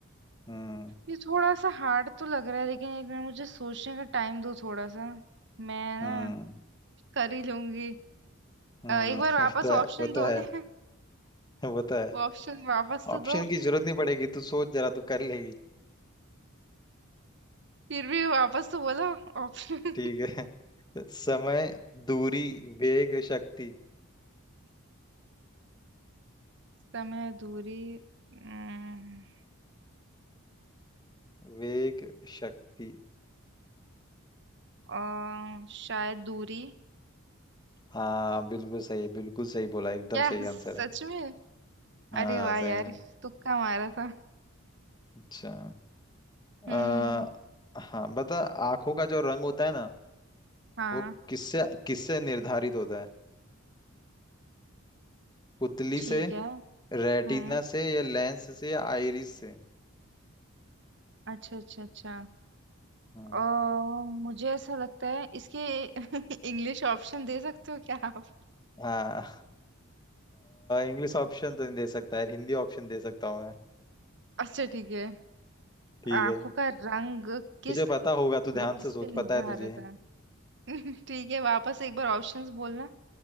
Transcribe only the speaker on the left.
हम्म
हम्म
हम्म
<laughs>
वो तो है
वो तो
है
वो तो है
ऑप्शन
की जरूरत नहीं पड़ेगी तू सोच जरा तू कर लेगी
ठीक है <laughs> समय दूरी वेग शक्ति
वेग शक्ति
हाँ बिल्कुल सही है बिल्कुल सही बोला एकदम
सही
आंसर है
हाँ
सही
में
अच्छा
आ, हाँ बता आंखों का जो रंग होता है ना
वो किससे किससे निर्धारित होता है पुतली
से
रेटिना
से या लेंस से या आइरिस से
हम्म
हाँ इंग्लिश ऑप्शन तो नहीं दे सकता यार हिंदी ऑप्शन दे सकता हूँ मैं
ठीक
है
तुझे पता होगा
तू ध्यान
से सोच
पता है तुझे